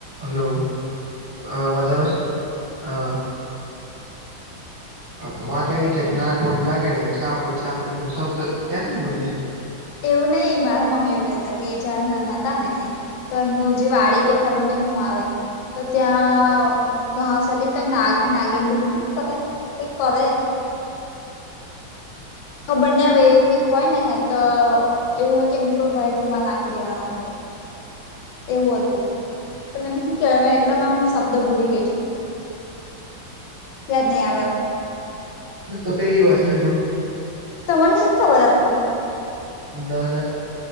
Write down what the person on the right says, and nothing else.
Hello હા અવાજ આવે છે હા. હા તો વાત એવી છે કે નાગ હોયને નાગેણ સાપ હોયને સાપેણ એવો શબ્દ ક્યાંથી મળ્યા.
મે તો પેલી વાર સાંભળ્યું.
ના ના.